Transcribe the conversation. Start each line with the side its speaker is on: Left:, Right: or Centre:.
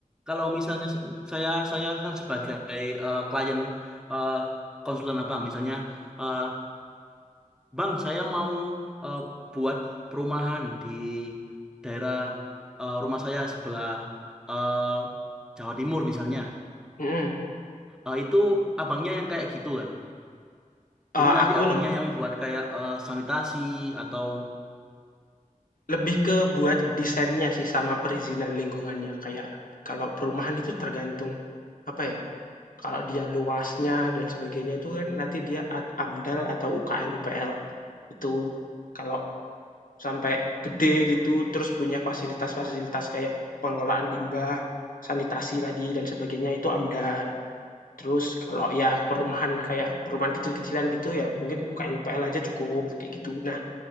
Centre: Kalau misalnya se- saya saya kan sebagai eh, klien eh, konsulen Abang, misalnya, eh, Bang, saya mau eh, buat perumahan di daerah eh, rumah saya sebelah eh, Jawa Timur misalnya.
Left: Mhm,
Centre: Eh, itu abangnya yang kayak gitu kan.
Left: eee,
Centre: Jadi nanti
Left: aku
Centre: abangnya
Left: lebih
Centre: yang buat kayak eh, sanitasi atau
Left: Lebih ke buat desainnya sih sama perizinan lingkungannya, kayak kalau perumahan itu tergantung, apa ya, kalau dia luasnya dan sebagainya itu kan nanti dia at AMDAL atau UKL-UPL. Itu kalau sampai gede gitu terus
Centre: Oh.
Left: punya fasilitas-fasilitas kayak pengelolaan limbah, sanitasi tadi dan sebagainya itu AMDAL. Terus kalau ya perumahan kayak perumahan kecil-kecilan gitu ya
Centre: Hmm.
Left: mungkin UKL-UPL aja cukup, kayak gitu. Nah,